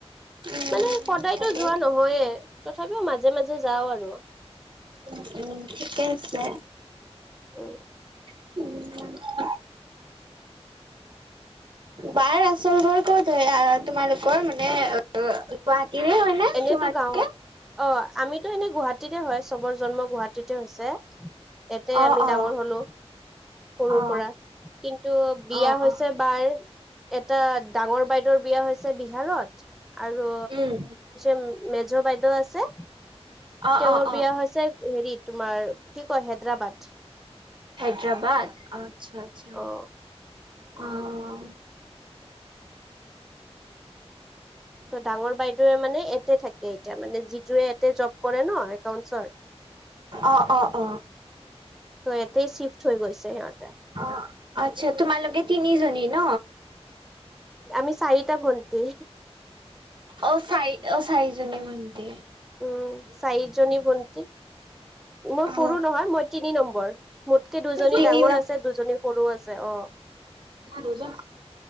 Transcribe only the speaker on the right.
উম
ভালেই।
উ উম ঠিকে আছে।
<inaudible> বাৰ আচল ঘৰ ক'ত হয়? আহ তোমালোকৰ মানে অ গুৱাহাটীৰে হয়? নে
তোমালোকে?
অ
অ
অ
অ
অ
উম
অ
অ অ।
হেদৰাবাদ আচ্ছা আচ্ছা।
অ
অ অ অ।
অ আচ্ছা তোমালোকে তিনি জনী ন?
অ চাই অ চাৰিজনি ভণ্টি।
অ
তিনি
দুজ অ